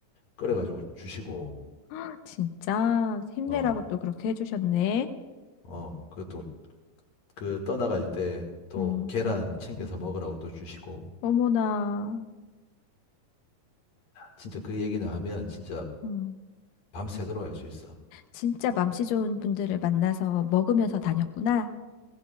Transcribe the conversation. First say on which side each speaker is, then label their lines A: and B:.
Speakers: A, on the left; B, on the left.
A: 끓여가지고 주시고,
B: <laughs> 진짜 힘내라고
A: 어,
B: 또 그렇게 해주셨네.
A: 어, 그것도 그 떠나갈 때 또
B: 음,
A: 계란 챙겨서 먹으라고 또 주시고,
B: 어머나.
A: 진짜 그 얘기나 하면 진짜
B: 음,
A: 밤새도록 할 수 있어.
B: 진짜 맘씨 좋은 분들을 만나서 먹으면서 다녔구나.